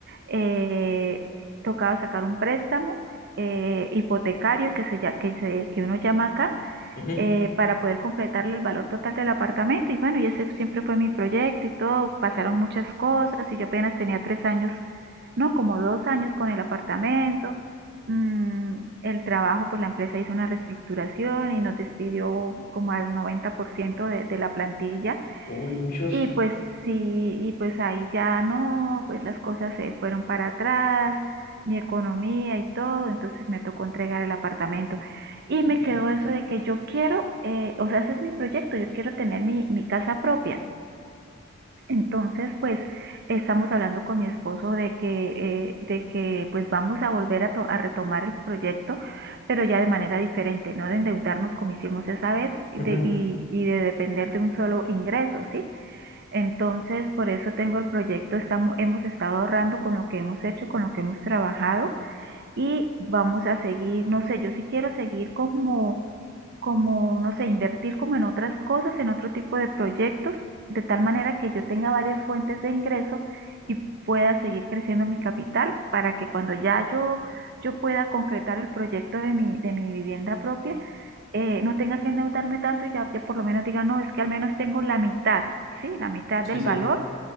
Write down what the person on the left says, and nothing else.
Ujú.
Uy, muchos.
Y-
ujú.
Sí,
sí.